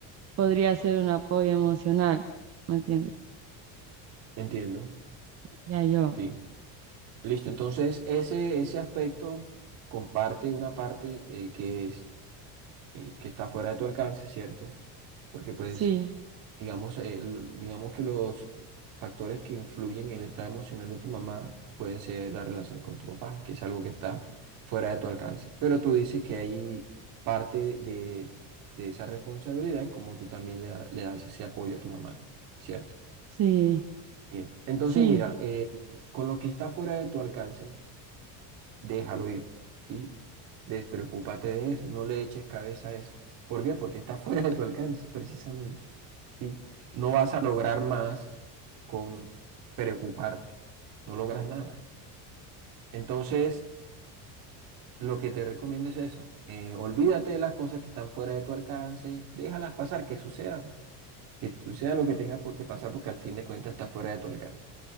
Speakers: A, on the right; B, on the right.
A: podría ser un apoyo emocional, ¿me entiendes?
B: Entiendo,
A: Ya yo,
B: sí. Listo, entonces ese, ese aspecto comparte una parte eh, que es, eh, que está fuera de tu alcance, ¿cierto? Porque pues,
A: sí,
B: digamos, el- digamos que los factores que influyen en el estado emocional de tu mamá pueden ser la relación con tu papá, que es algo que está fuera de tu alcance. Pero tú dices que hay parte de, de esa responsabilidad en cómo tú también le, da- le das ese apoyo a tu mamá, ¿cierto?
A: sí,
B: Bien, entonces
A: sí,
B: mira, eh, con lo que está fuera de tu alcance, déjalo ir, ¿sí? Despreocúpate de eso, no le eches cabeza a eso. ¿Por qué? Porque está <laughs> fuera de tu alcance, precisamente, ¿sí? No vas a lograr más con preocuparte, no logras nada. Entonces, lo que te recomiendo es eso, eh, olvídate de las cosas que están fuera de tu alcance, déjalas pasar, que sucedan, que suceda lo que tenga por- que pasar, porque al fin de cuentas está fuera de tu alcance.